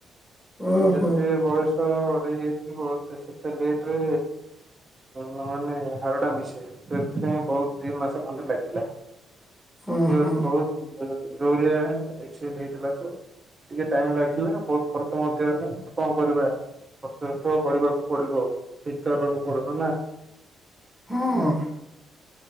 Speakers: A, in the centre; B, on the right.
A: ଓହୋ
B: ଯେତେ ବୟସ ହେଇଯିବ, ସେତେ ଲେଟରେ ମାନେ ହାଡଟା ମିଶେ ସେଥିପାଇଁ ବହୁତ ଦି ମାସ ଖଣ୍ଡେ ଲାଗିଲା।
A: ହଁ
B: ଏ
A: ହଁ
B: ବହୁତ ଯୋରିଆ ଏକ୍ସିଡେଣ୍ଟ ହେଇଥିଲା ତ ଟିକେ ଟାଇମ ଲାଗିଲା ବହୁତ ଖର୍ଚ୍ଚ ମଧ୍ୟ ହେଲା କଣ କରିବା ଖର୍ଚ୍ଚ ତ କରିବାକୁ ପଡିବ ଠିକ୍ ତ ହେବାକୁ ପଡିବ ନା।
A: ହଁ ।